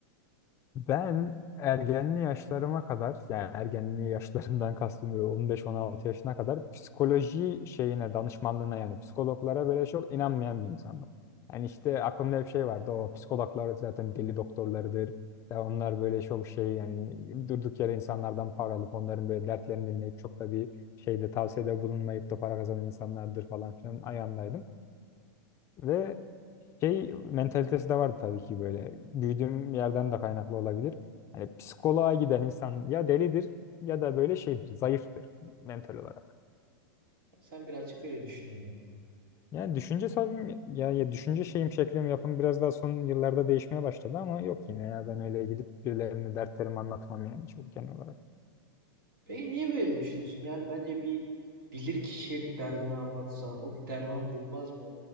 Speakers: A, on the left; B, on the right.
A: Ben ergenli yaşlarıma kadar yani ergenli yaşlarımdan kastım 15-16 yaşına kadar psikoloji şeyine danışmanlığına yani psikologlara böyle çok inanmayan bir insandım. Yani işte aklımda hep şey vardı o psikologlar zaten deli doktorlarıdır. Ya onlar böyle çok şey yani durduk yere insanlardan para alıp onların böyle dertlerini dinleyip çok da bir şeyde tavsiyede bulunmayıp da para kazanan insanlardır falan filan ayağındaydım. Ve şey mentalitesi de vardı tabii ki böyle. Büyüdüğüm yerden de kaynaklı olabilir. Hani psikoloğa giden insan ya delidir ya da böyle şeydir, zayıftır mental olarak.
B: Sen birazcık öyle düşün ya
A: Yani düşünce tabii ya, ya düşünce şeyim şeklim yapım biraz daha son yıllarda değişmeye başladı ama yok yine ya ben öyle gidip birilerine dertlerimi anlatmam yani çok genel olarak.
B: Peki niye böyle düşünüyorsun? Yani bence bir bilir kişiye bir derdini anlatsan o bir derman bulmaz mı?